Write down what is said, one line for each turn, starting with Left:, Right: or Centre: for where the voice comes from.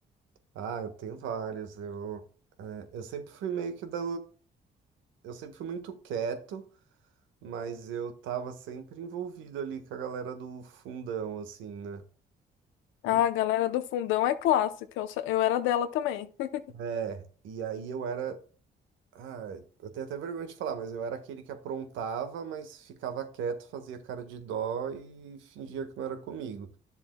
Right: Ah, eu tenho vários. Eu, eh, eu sempre fui meio que da. Eu sempre fui muito quieto, mas eu tava sempre envolvido ali com a galera do fundão, assim, né?
Left: Ah,
Right: Hum.
Left: a galera do fundão é clássica. Eu, sou- eu era dela também. <laughs>
Right: É, e aí eu era. Ah, eu tenho até vergonha de falar, mas eu era aquele que aprontava, mas ficava quieto, fazia cara de dó e fingia que não era comigo.